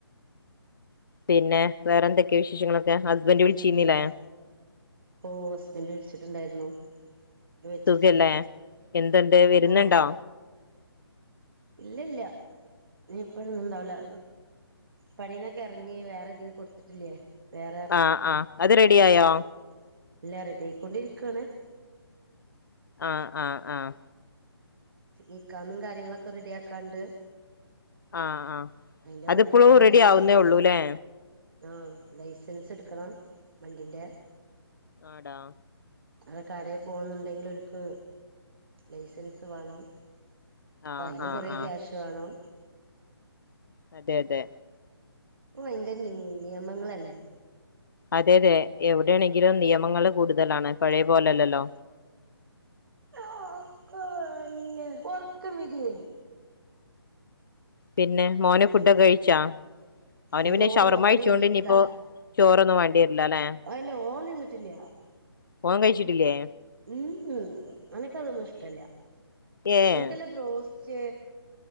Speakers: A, on the left; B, on the right.
A: പിന്നെ വേറെന്തൊക്കെ വിശേഷങ്ങളൊക്കെ ഹസ്ബന്ഡ്
B: വേറെന്താ
A: വിളിച്ചീനിലേ
B: ഓ ഹസ്ബൻഡ് വിളിച്ചിട്ടുണ്ടായിരുന്നു ഇപ്പ വെച്ചിട്ടുള്ളൂ
A: സുഖല്ലേ എന്തുണ്ട് വരുന്നുണ്ടോ
B: ഓ ഇല്ലല്ല ഇനി ഇപ്പോഴൊന്നും ഉണ്ടാവില്ല പണീന്നൊക്കെ ഇറങ്ങി വേറെ തീന്ന് കൊടുത്തിട്ടില്ലേ വേറെ
A: ആ ആ അത് റെഡി
B: വിസക്ക്
A: ആയോ
B: എല്ലാ റെഡി യാ യിക്കൊണ്ടിരിക്കുവാ ണ്
A: ആഹ് ആഹ് ആഹ്
B: ഇക്കാമിം കാര്യങ്ങളൊക്കെ റെഡിയാക്കാണ്ട്
A: ആഹ് ആഹ്
B: അയിന്റെ
A: അതിപ്പോഴും
B: വണ്ടിപ്പത്
A: റെഡി
B: ലൈസൻസ്
A: ആവുന്നേ
B: എടു
A: ഉള്ളൂല്ലേ
B: ആഹ് ലൈസൻസ് എടുക്കണം വണ്ടിന്റെ
A: ആടാ
B: അതൊക്കെ കടയിൽ പോകുന്നുണ്ടെങ്കിലോര്ക്ക് ലൈസൻസ് വേണം അപ്പം
A: ആഹ്
B: അയ്ന്
A: ആഹ്
B: കൊറേ
A: ആഹ്
B: ക്യാഷ് വേണം
A: അതെ അതെ
B: ഇപ്പൊ ഭയങ്കര നി നിയമങ്ങളല്ലേ
A: അതെ അതെ എവിടെണെങ്കിലും നിയമങ്ങള് കൂടുതലാണ് പഴയ പോലെല്ലല്ലോ
B: <unintelligible> ഒറക്കം വരേ
A: പിന്നെ മോന്
B: പിന്നെ
A: ഫുഡൊക്കെ കഴിച്ചാ അവന്
B: ഇല്ല
A: പിന്നെ ശവർമ്മ
B: ഓൻ ഉറങ്ങി
A: കഴിച്ചൊണ്ട്
B: എണീറ്റതാ
A: ഇനിയിപ്പോ ചോറൊന്നും വേണ്ട്യര്ല്ല ലെ
B: അല്ല ഓൻ തിന്നിട്ടില്ല്യാ
A: ഓൻ കഴിച്ചിട്ടില്ല്യേ
B: ഉംഹ് ഓന്ക്ക തൊന്നും ഇഷ്ടല്ല
A: ഏഹ്
B: ഓന്ക്കല്ല ബ്രോസ് സ്റ്റ്